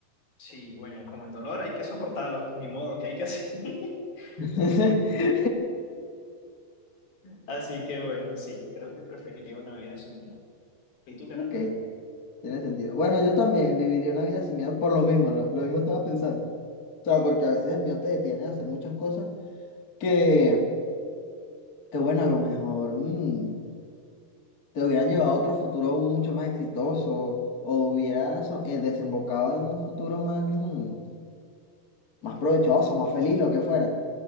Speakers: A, on the left (about 55°); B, on the left (about 35°).
A: sí, bueno, como el dolor hay que soportarlo, ni modo, que hay que hacer? <laughs>
B: <laughs>
A: Así que bueno, sí, creo que preferiría una vida sin miedo. ¿Y tú qué
B: Ok.
A: tal?
B: Tiene sentido. Bueno, yo también viviría una vida sin miedo por lo mismo, lo, lo mismo estaba pensando. O sea, porque a veces el miedo te detiene a hacer muchas cosas que, que bueno, a lo mejor mm, te hubieran llevado a otro futuro mucho más exitoso o hubieras so- eh, desembocado en un futuro más, mm, más provechoso, más feliz, lo que fuera.